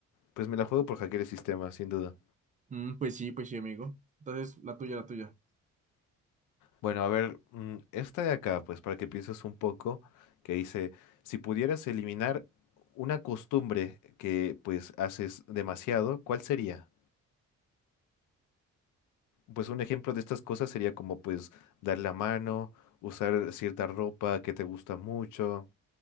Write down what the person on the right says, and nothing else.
mm, pues sí, pues sí, amigo. Entonces, la tuya, la tuya.